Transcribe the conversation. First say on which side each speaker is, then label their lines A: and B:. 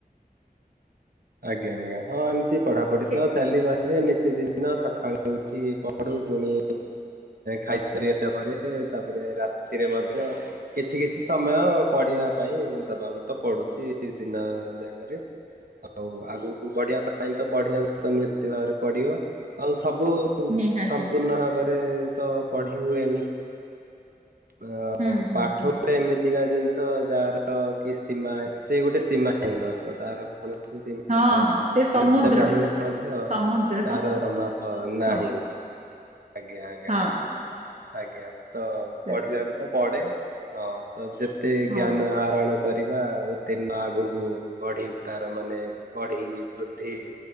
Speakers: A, on the right (about 70°); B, on the right (about 50°).
A: ଆଜ୍ଞା ଆଜ୍ଞା ହଁ ଏମିତି ପଢାପଢି
B: କେ-
A: ତ ଚାଲି ସେ ନିତିଦିନ ସକାଳୁ ଉଠି ପଢୁ ପୁଣି ଖାଇସାରିବା ପରେ ତାପରେ ରାତିରେ ମଧ୍ୟ କିଛି କିଛି ସମୟ ପଢିବା ପାଇଁ ଦବାକୁ ତ ପଡୁଛି। ଦି ଦିନ ଯାହା କରିବେ।
B: ହ <inaudible>
A: ଆଉ ଆଗକୁ ବଢିବା ପାଇଁ ତ ପଢିବା ତ ନିହାତି ଭାବରେ ପଢିବ ଆଉ ସ ସବୁ
B: ନିହାତି
A: ସମ୍ପୂର୍ଣ୍ଣ ଭାବରେ ତ ପଢ଼ି ହୁଏନି। ଅ
B: ହୁଁ ହୁଁ
A: ପାଠ
B: ହୁଁ
A: ଗୁଡା ଏମିତିକା ଯେ ଜିନଷ ଯାହାର କି ସୀମା ସେ ଗୋଟେ ସୀମା ହିନ ତ ତାର କୌଣସି ସୀମା
B: ହଁ
A: ନାହିଁ
B: ହଁ ସେ ସମୁଦ୍ର
A: ଯେତେ ପଢିଲେ ମଧ୍ୟ
B: ସମୁଦ୍ର
A: ତାର ସମାପ୍ତ ନାହିଁ।
B: ହଁ
A: <inaudible> ଆଜ୍ଞା ଆଜ୍ଞା
B: ହଁ
A: ଆଜ୍ଞା ତ
B: ସେ
A: ପଢିବାକୁ ତ ପଡେ। ହଁ ତ ଯେତେ
B: ହଁ
A: ଜ୍ଞାନ ଆହରଣ କରିବା ଉତ୍ତୀର୍ଣ୍ଣ ଆଗକୁ ବଢି ତାର ମାନେ ବଢି ବୃଦ୍ଧି